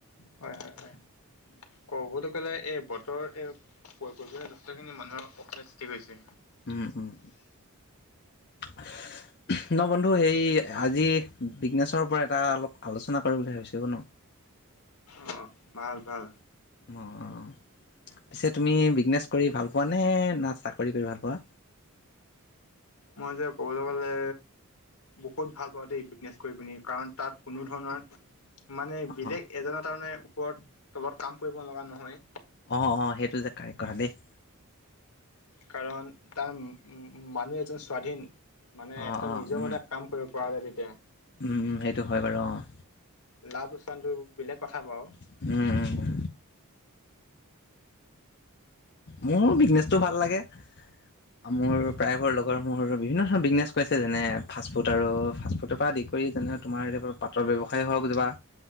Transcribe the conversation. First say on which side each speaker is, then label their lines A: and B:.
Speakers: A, on the left; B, on the left.
A: হয়, হয়, হয়! ক'বলৈ গ'লে, এই বতৰ এ, পৰি <unintelligible> যথেষ্টখিনি মানুহৰ অসুবিধা সৃষ্টি কৰিছে।
B: উম, উম! <unintelligible> ন' বন্ধু সেই, আজি বিজনেছৰ পৰা, এটা অলপ আলোচনা কৰিম বুলি ভাবিছোঁ ক' ন'?
A: অ' অ'! ভাল-ভাল।
B: অ'! পিছে তুমি, বিজনেছ কৰি ভাল পোৱা নে, না চাকৰি কৰি ভাল পোৱা?
A: মই যে ক'বলৈ গ'লে বহুত ভাল পাওঁ দেই বিজনেছ কৰি পিনি কাৰণ তাত কোনো ধৰণৰ মানে
B: অ',
A: বেলেগ এজনৰ তাৰ মানে ওপৰত তলত কাম কৰিব লগা নহয়
B: অঁ অঁ সেইটো যে কাৰেক্ট কথা দেই
A: কাৰণ তাৰ মানুহ এজন স্বাধীন মানে
B: অ',
A: একদম
B: অ',
A: নিজৰ
B: উম,
A: মতে কাম কৰিব পৰা যায় তেতিয়া
B: উম সেইটো হয় বাৰু অঁ
A: লাভ লোকচানটো বেলেগ কথা বাৰু
B: উম উম মোৰ বিজনেচটো ভাল লাগে মোৰ প্ৰায়বোৰৰ লগৰ মোৰ বিভিন্ন ধৰণৰ বিজনেছ কৰিছে যেনে ফাষ্ট ফুড আৰু ফাষ্ট ফুডৰ পা আদি কৰি আদি কৰি যেনে তোমাৰ এ পাতৰ ব্যৱসায় হওক কিবা